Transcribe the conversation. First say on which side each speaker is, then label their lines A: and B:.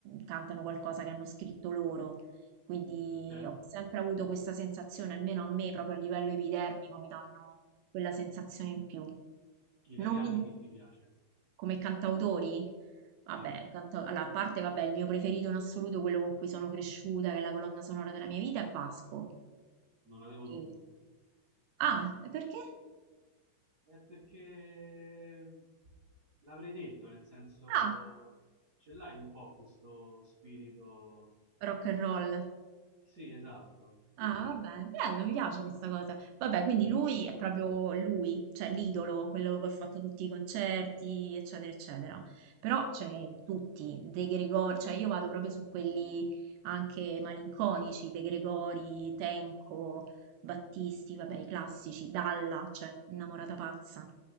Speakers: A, on the right; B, on the right.
A: cantano qualcosa che hanno scritto loro. Quindi
B: certo.
A: ho sempre avuto questa sensazione, almeno a me, proprio a livello epidermico, mi danno quella sensazione in più.
B: Italiani
A: Non mi,
B: chi ti piace?
A: come cantautori? Vabbè,
B: Sì,
A: canta- allora, a parte, vabbè, il mio preferito in assoluto, quello con cui sono cresciuta, che è la colonna sonora della mia vita, è Vasco.
B: non avevo
A: E-
B: dubbi.
A: Ah, e perché?
B: È perché l'avrei detto, nel senso,
A: Ah,
B: ce l'hai un po' questo spirito.
A: rock and roll.
B: Sì, esatto. Sì,
A: Ah,
B: sì.
A: va bene, bello, mi piace questa cosa. Vabbè, quindi lui è proprio lui, cioè l'idolo, quello che ha fatto tutti i concerti, eccetera, eccetera. Però c'è tutti, De Gregori, cioè io vado proprio su quelli anche malinconici, De Gregori, Tenco, Battisti, vabbè, i classici, Dalla, cioè innamorata pazza.